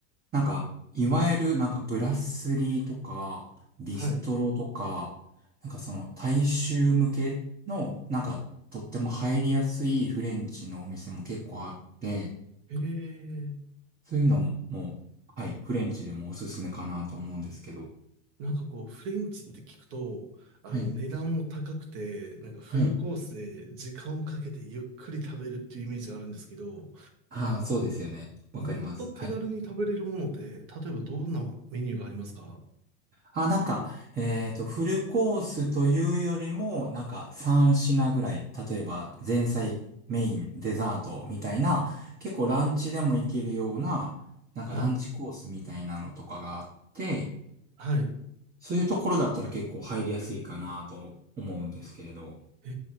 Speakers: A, on the right (about 25°); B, on the right (about 50°).
A: なんか、いわゆるなんかブラスリーとか、ビストロとか、
B: はい。
A: なんかその大衆向けの、なんかとっても入りやすいフレンチのお店も結構あって、
B: へえ、
A: そういうのも、はい、フレンチでもおすすめかなと思うんですけど、
B: なんかこう、フレンチって聞くと、あの、
A: はい。
B: 値段も高くて、なんかフルコースで時間をかけてゆっくり食べるっていうイメージがあるんですけど、
A: はい。ああ、そうですよね。わかります。
B: もっと手軽に食べれるものって、
A: はい。
B: 例えばどんなメニューがありますか
A: あ、なんか、えっと、フルコースというよりも、なんか3品ぐらい、例えば前菜、メイン、デザートみたいな、結構ランチでもいけるような、なんかランチコースみたいなのとかがあって、
B: はい。はい。
A: そういうところだったら結構入りやすいかなと思うんですけれど。
B: へ